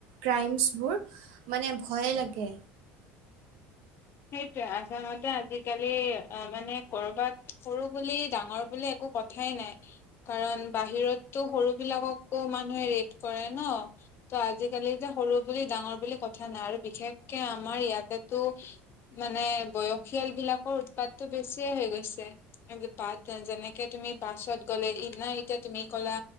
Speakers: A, on the right (about 75°); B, on the left (about 45°).
A: ক্ৰাইমছবোৰ মানে ভয় লাগে।
B: সেইটোয়ে আচামতে আজিকালি অ' মানে কৰ'বাত সৰু বুলি ডাঙৰ বুলি একো কথা কথাই নাই কাৰণ বাহিৰততো সৰু বিলাককো মানুহে ৰেফ কৰে ন'। ত' আজিকালি যে সৰু বুলি ডাঙৰ বুলি কথা নাই আৰু বিশেষকে আমাৰ ইয়াতেতো মানে বয়সীয়াল বিলাকৰ উৎপাতটো বেছিয়ে হৈ গৈছে। বাছ যেনেকে তুমি বাছত গ'লে ই নাই এতিয়া তুমি ক'লা